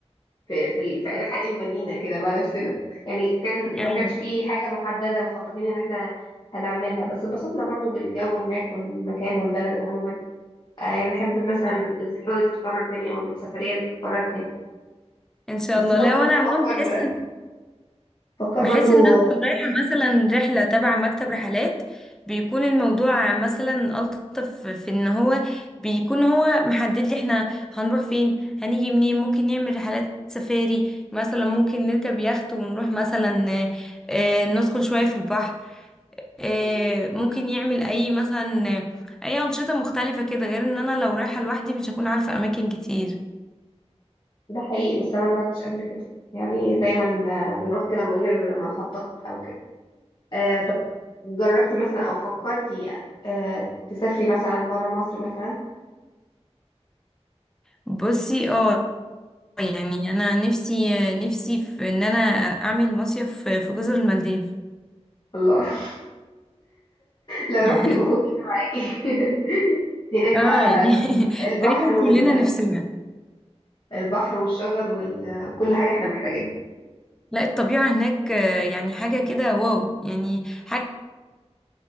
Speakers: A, on the left (about 40°); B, in the centre.
A: في في ال- في انحاء المدينة كده مع نفسنا يعني كان
B: ايوه
A: ما كانش في حاجة محددة مخططين ان احنا هنعملها بس اتبسطنا برضو بالجو هناك والمكان والبلد عموما آه، يعني احب مثلا
B: ايوه
A: الزيارة دي تتكرر تاني او السفرية دي تتكرر تاني
B: ان شاء
A: بس
B: الله
A: برضو
B: لا وانا عموما
A: افكر
B: بحس ان
A: افكر
B: بحس
A: برضو
B: ان انا
A: آه،
B: لو رايحه مثلا رحله تبع مكتب رحلات بيكون الموضوع مثلا الطف في ان هو بيكون هو محدد لي احنا هنروح فين هنيجي منين ممكن نعمل رحلات سفاري مثلا ممكن نركب يخت ونروح مثلا آه، آه، ندخل شويه في البحر آه، ممكن يعمل اي مثلا آه، اي انشطه مختلفه كده غير ان انا لو رايحه لوحدي مش هكون عارفه اماكن كتير
A: ده حقيقي بس انا مجربتش قبل كده يعني دايما آه، بنروح كده من غير ما نخطط او كده آه طب جربتي مثلا او فكرتي آه تسافري مثلا برا مصر مثلا
B: بصي اه يعني انا نفسي آه، نفسي في ان انا اعمل مصيف في في جزر المالديف
A: الله <laughs> لو
B: <laughs>
A: رحتي يبقى خد معاكي <laughs> هناك
B: اه
A: بقى
B: يعني <laughs>
A: البحر
B: تقريبا
A: وال...
B: كلنا نفسنا
A: البحر والشجر وال... وكل حاجة احنا محتاجينها
B: لا الطبيعه هناك آه، يعني حاجه كده واو يعني حاجه